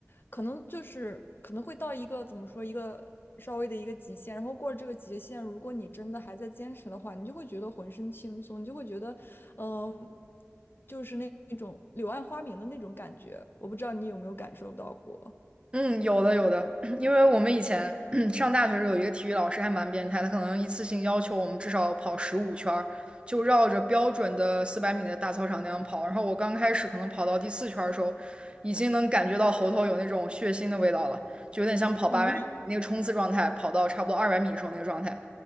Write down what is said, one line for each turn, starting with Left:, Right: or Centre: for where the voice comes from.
Left: 可能就是可能会到一个怎么说一个稍微的一个极限，然后过了这个极限，如果你真的还在坚持的话，你就会觉得浑身轻松，你就会觉得嗯，就是那那种柳暗花明的那种感觉，我不知道你有没有感受到过。
Right: 嗯，有的有的，<clears throat> 因为我们以前 <clears throat> 上大学时候有一个体育老师还蛮变态，他可能一次性要求我们至少跑十五圈儿，就绕着标准的四百米的大操场那样跑。然后我刚开始可能跑到第四圈儿的时候，已经能感觉到喉头有那种血腥的味道了，就有点像跑八百米那个冲刺状态，
Left: 嗯
Right: 跑到差不多二百米的时候那个状态。